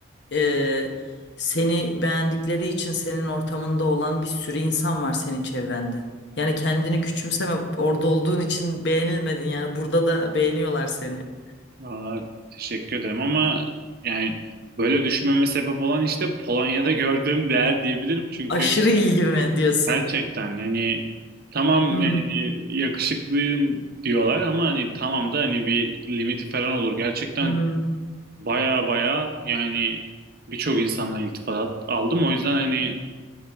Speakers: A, on the left; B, on the right.
A: e, seni beğendikleri için senin ortamında olan bir sürü insan var senin çevrende. Yani kendini küçümseme orada olduğun için beğenilmedin yani burada da beğeniyorlar seni.
B: Valla teşekkür ederim ama yani böyle düşünmeme sebep olan işte Polonya'da gördüğüm değer diyebilirim. Çünkü
A: Aşırı ilgi diyorsun?
B: gerçekten hani tamam
A: Hı hı,
B: yani yakışıklıyım diyorlar ama hani tamam da hani bir limiti falan olur. Gerçekten
A: hı hı,
B: Baya baya yani birçok insanla iltifat aldım. O yüzden hani